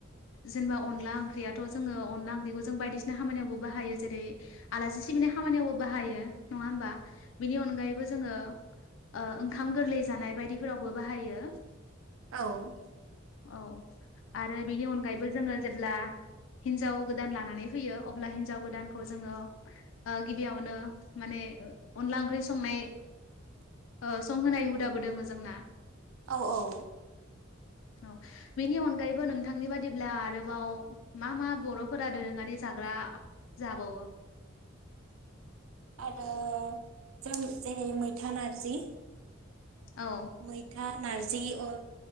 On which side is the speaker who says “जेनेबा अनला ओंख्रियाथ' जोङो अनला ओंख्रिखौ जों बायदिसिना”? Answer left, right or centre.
Left